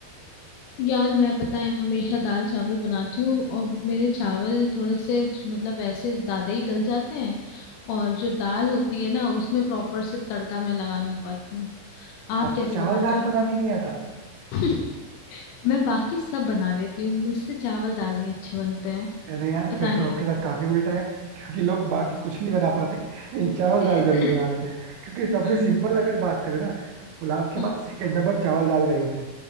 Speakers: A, on the left (about 80°); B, on the right (about 75°).
A: यार मैं पता है हमेशा दाल चावल बनाती हूँ और मेरे चावल थोड़े से मतलब वैसे ज्यादा ही गल जाते हैं और जो दाल होती है ना उसमें प्रॉपर से तड़का मैं लगा नहीं पाती हूँ आप
B: आपको
A: कैसे
B: चावल
A: बनाते
B: दाल बनानी नहीं आता
A: हो मैं बाकी सब बना लेती हूँ मुझसे चावल दाल नहीं अच्छे बनते हैं
B: अरे यार
A: पता
B: फिर
A: नहीं
B: तो आपके साथ काफी उल्टा है क्योंकि लोग बाकी कुछ नहीं बना पाते लेकिन चावल दाल
A: <laughs>
B: जरूर बना लेते हैं क्योंकि सबसे
A: आम,
B: सिंपल अगर बात करें ना तो पुलाव के
A: आम,
B: बाद सेकंड नंबर चावल दाल का ही होता है